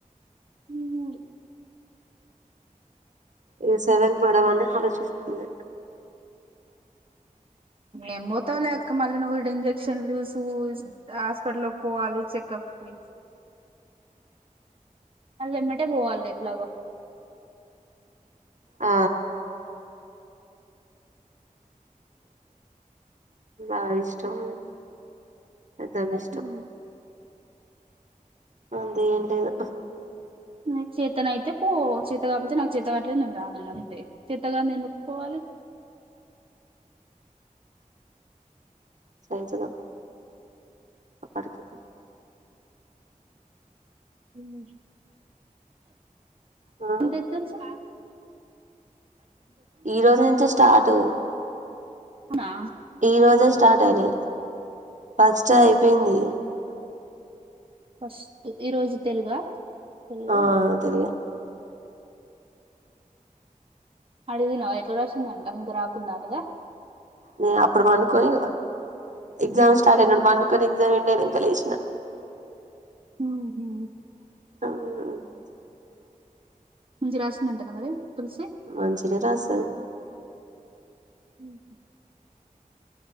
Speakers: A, on the right; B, on the right.
A: ఉహ్మ్.
B: ఇగ సేవేన్ పడవనే ఆలోచి. చిస్తుంది.
A: ఏం పోతావులే అక్క, మళ్ళీ నువ్వు ఇడ ఇంజక్షన్ లు సు హాస్పిటల్ పోవాలి చెకప్ కి. మళ్ళీ ఎమ్మట పోవాలి ఎట్లాగో.
B: ఆ. బా ఇష్టం పెద్దమ్మ ఇష్టం.
A: కావచ్చు.
B: అంతే ఏం లేదు.
A: నిక్ చేతనైతే పో, చేత కాకపోతే నాకు చేత కావట్లేదు నేను రానును అంతే. చేత గాందీ ఎందుకు పోవాలె.
B: <inaudible> అప్పటికి
A: <unintelligible>
B: ఆ
A: అంటే ఎంతొచ్చు
B: ఈ రోజు నుంచే స్టార్ట్
A: అవునా
B: ఈ రోజే స్టార్ట్ అయినాయి ఫస్ట్ అయిపోయింది
A: ఉహు. ఫస్ట్ ఈ రోజు తెలుగా తెలుగు
B: ఆహ్ తెలుగే
A: అడిగినావా ఎట్లా రాసిందంట, ఇంకా రాకున్న వే
B: నేను అప్పుడు పండుకొని ఎగ్జామ్ స్టార్ట్ అయినప్పుడు పండుకొని ఎగ్జామ్ ఎండ్ అయినాక లేసిన
A: హహూ హు
B: <unintelligible>
A: మంచిగా రాసిందంటానా మరి తులసి
B: మంచిగానే రాస్తాది
A: ఉహు.